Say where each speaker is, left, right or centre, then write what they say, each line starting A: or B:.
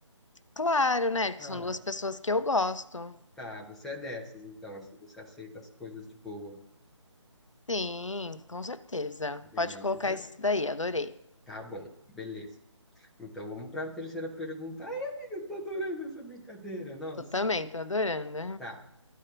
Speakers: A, on the left; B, in the centre.
A: Claro, né? Que
B: Ah,
A: são duas pessoas que eu gosto.
B: tá, você é dessas, então, assim, você aceita as coisas de boa.
A: Sim, com certeza.
B: Beleza.
A: Pode colocar isso daí, adorei.
B: Tá bom, beleza. Então vamos para a terceira pergunta. Ai, amiga, eu tô adorando essa brincadeira. Nossa.
A: Tu também, tô adorando.
B: Tá.